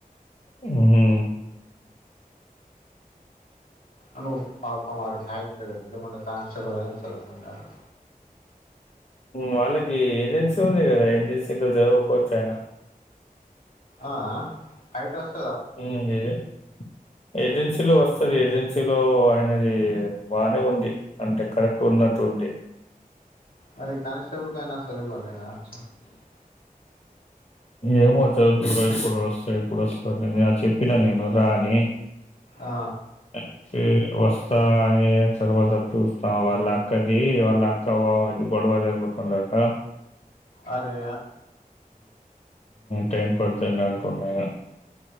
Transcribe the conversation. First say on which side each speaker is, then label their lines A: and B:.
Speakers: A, on the left (about 45°); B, on the left (about 70°).
A: ఉహు
B: అను పాపం అడికి హయట్లే దా లేకుంటే తాతే బడైనా సా ఉంటారు
A: వాళ్ళకి ఏజెన్సీ ఉంది కదా ఏజెన్సీలో చదువుకోవచ్చు ఆయన
B: ఆహా హైటస్
A: అహు ఇదే ఏజెన్సీలో వస్తుంది ఏజెన్సీలో ఆయనది బాగానే ఉంది అంటే కరెక్ట్ ఉన్నట్టు ఉంది.
B: మరి కనీటబలు కైనా సవిల అచ్చ
A: ఏమ వచ్చదు చడు ఇప్పుడు వస్తంది ఇప్పుడు వస్తంది నను చెప్పినా నేను రాని
B: ఆ
A: అే వస్తా అని తర్వాత చూస్తా వాళ్ళ అక్కది వాళ్ళు అక్కవా ఇది గొడవ జరుగుతుందిక్క
B: అ అే
A: టైం పడుతుంట ఉన్నా